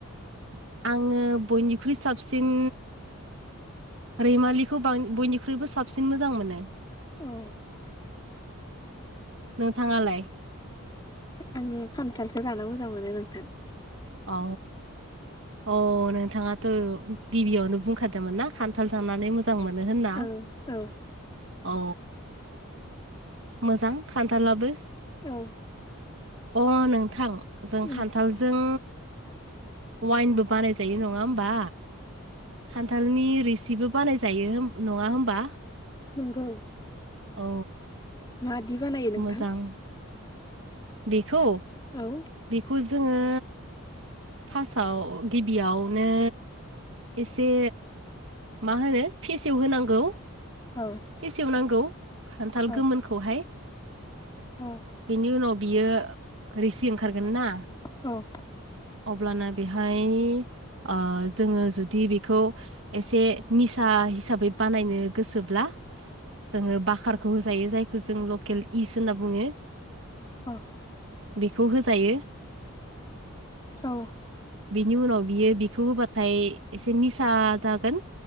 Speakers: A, on the right; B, on the left.
A: आङो बयनिख्रुइ साबसिन रैमालिखौ बां-बयनिख्रुइबो साबसिन मोजां मोनो।
B: औ।
A: नोंथाङालाय
B: आंनि खान्थालखौ जानो मोजां मोनो नोंथां।
A: औ। अ नोंथाङाथ' गिबियावनो बुंखादोंमोन ना खान्थाल जानानै मोजां मोजां मोनो होनना
B: औ औ
A: औ। मोजां खान्थालाबो
B: औ।
A: अ नोंथां जों
B: उम
A: खान्थालजों वाइनबो बानायजायो नङा होमबा? खान्थालनि रिसिबो बानाय जायो नङा होमबा?
B: नंगौ।
A: औ।
B: मादि बानायो नोंथां?
A: मोजां बेखौ
B: औ
A: बेखौ जोङो फार्स्टआव गिबियावनो एसे मा होनो फेसेव होनांगौ।
B: औ
A: बेसेवनांगौ खान्थाल
B: औ
A: गोमोनखौहाय
B: औ
A: बेनि उनाव बियो रिसि ओंखारगोन ना
B: औ
A: अब्लाना बेहाय ओ जोङो जुदि बेखौ एसे निसा हिसाबै बानायनो गोसोब्ला जोङो बाकारखौ होजायो जायखौ जों लकेल इस होनना बुङो।
B: औ।
A: बेखौ होजायो।
B: औ।
A: बिनि उनाव बियो बिखौ होबाथाय एसे निसा जागोन।